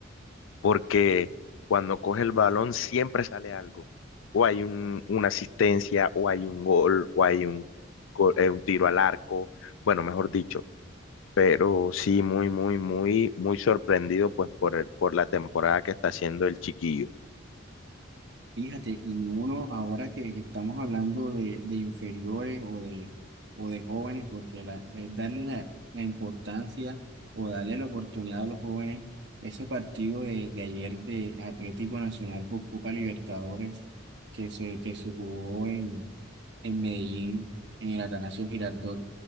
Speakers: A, on the left; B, on the right.
A: porque cuando coge el balón siempre sale algo. O hay un, una asistencia, o hay un gol, o hay un, go- eh, un tiro al arco, bueno, mejor dicho. Pero sí, muy, muy, muy, muy sorprendido pues por el, por la temporada que está haciendo el chiquillo.
B: Fíjate, y uno ahora que, que estamos hablando de, de inferiores o de, o de jóvenes, porque la, eh, darle la, la importancia o darle la oportunidad a los jóvenes, ese partido de, de ayer de Atlético Nacional por Copa Libertadores que se, que se jugó en, en Medellín, en el Atanasio Girardot,